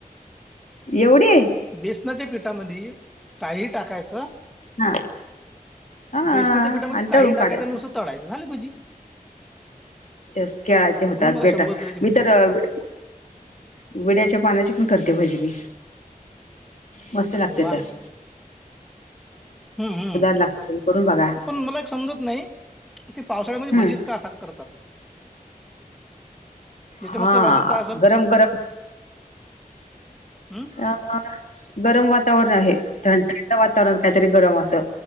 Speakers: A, on the left; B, in the centre.
A: एवढी
B: बेसनाच्या पिठामध्ये काही टाकायचं
A: हा हा
B: बेसनाच्या पिठामध्ये
A: आणि तळून
B: काही
A: काढायचं
B: टाकायच नुसत तळायचं, झालं भजी.
A: स खेळाचे होतात
B: म्हणून मला
A: बेटा
B: शंभर तऱ्हेची
A: मी
B: भजी
A: तर
B: येतात
A: <unintelligible> विड्याच्या पानाची पण करते भाजी मी. मस्त लागते
B: वा
A: तर
B: हम्म, हम्म,
A: लाखापर्यंत करून बघा
B: पण मला एक समजत नाही ते पावसाळ्यामध्ये
A: हम्म.
B: भजी का करतात? याच्या
A: हा,
B: मागचं लॉजिक काय असेल
A: गरम, गरम
B: हम्म
A: अ गरम वातावरण आहे, थंड वातावरण काहीतरी गरम असं,